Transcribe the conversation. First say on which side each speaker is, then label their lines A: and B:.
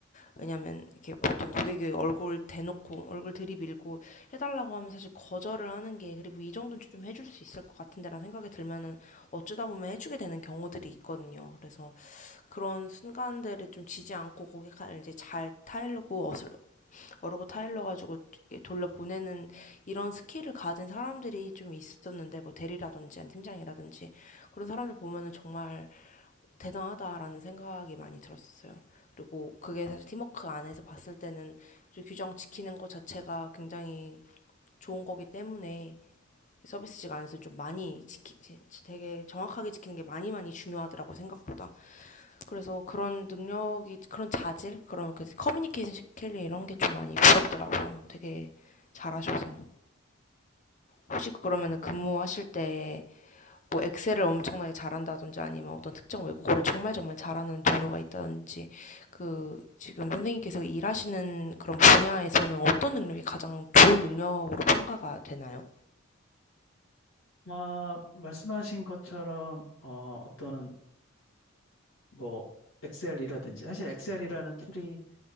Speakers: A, on the left; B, on the left.
A: 왜냐면 이렇게 보통 고객이 얼굴 대놓고 얼굴 들이밀고 해달라고 하면 사실 거절을 하는 게 그리고 이 정도는 좀 해줄 수 있을 것 같은데라는 생각이 들면은 어쩌다 보면 해주게 되는 경우들이 있거든요. 그래서 그런 순간들을 좀 지지 않고 고객을 이제 잘 타일르고 어슬, 어르고 타일러 가지고 돌려보내는 이런 스킬을 가진 사람들이 좀 있었는데 뭐 대리라든지 아니면 팀장이라든지 그런 사람들 보면은 정말 대단하다라는 생각이 많이 들었었어요. 그리고 그게 사실 팀워크 안에서 봤을 때는 규정 지키는 것 자체가 굉장히 좋은 거기 때문에 서비스직 안에서 좀 많이 지키, 지- 되게 정확하게 지키는 게 많이 많이 중요하더라고 요 생각보다. 그래서 그런 능력이 그런 자질 그런 그 커뮤니케이션 스킬 이런 게 좀 많이 부럽더라고요. 되게 잘하셔서 혹시 그러면 근무하실 때 뭐 엑셀을 엄청나게 잘한다든지 아니면 어떤 특정 외국어를 정말 정말 잘하는 동료가 있다든지 그 지금 선생님께서 일하시는 그런 분야에서는 어떤 능력이 가장 좋은 능력으로 평가가 되나요?
B: 아, 말씀하신 것처럼, 어, 어떤, 뭐, 엑셀이라든지, 사실 엑셀이라는 툴이,